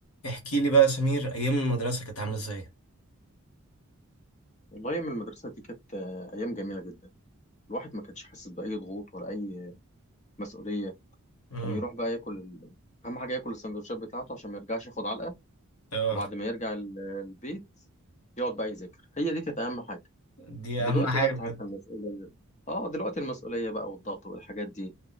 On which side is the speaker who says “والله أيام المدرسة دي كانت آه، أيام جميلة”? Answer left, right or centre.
Left